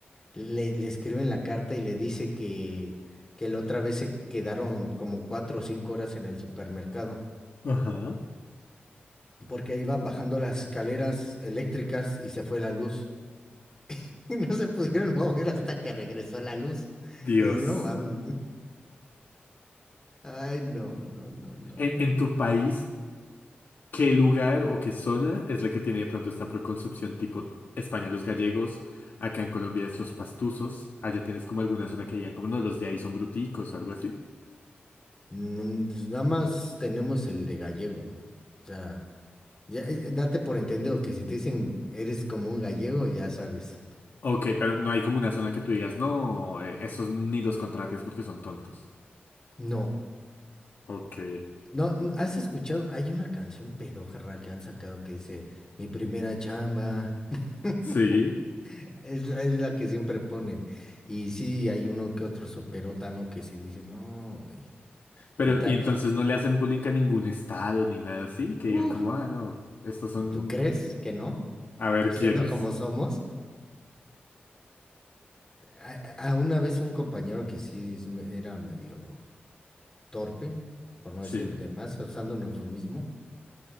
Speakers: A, on the left; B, on the left.
A: le, le escriben la carta y le dice que, que la otra vez se quedaron como cuatro o cinco horas en el supermercado,
B: Ajá.
A: porque iban bajando las escaleras eléctricas y se fue la luz. <laughs> Y no se pudieron mover hasta que regresó la luz.
B: Dios.
A: Dices, no mames. Ay, no, no, no, no, no.
B: En, en tu país, ¿qué lugar o qué zona es la que tiene de pronto esta preconcepción tipo España, los gallegos? Acá en Colombia es los pastuzos. Allá tienes como alguna zona que digan como no, los de ahí son bruticos o algo así.
A: Mm, pues nada más tenemos el de gallego. O sea, ya, eh, date por entendido que si te dicen eres como un gallego, ya sabes.
B: Ok, pero no hay como una zona que tú digas, no, eh, esos ni los contrates porque son tontos.
A: No,
B: Ok,
A: no, n- ¿has escuchado? Hay una canción pedójarra que han sacado que dice, mi primera chamba. <laughs>
B: sí.
A: Es, la es la que siempre ponen. Y sí, hay uno que otro soperotano que sí dice, no, güey.
B: Pero,
A: Neta,
B: ¿y entonces no le hacen bullying a ningún estado ni nada así? Que digan
A: uh,
B: como, ah, no, estos son...
A: ¿tú crees que no?
B: A ver
A: Siendo
B: quiénes.
A: como somos. A, a una vez un compañero que sí es me- era medio torpe, por no
B: Sí.
A: decir de más, usando un eufemismo,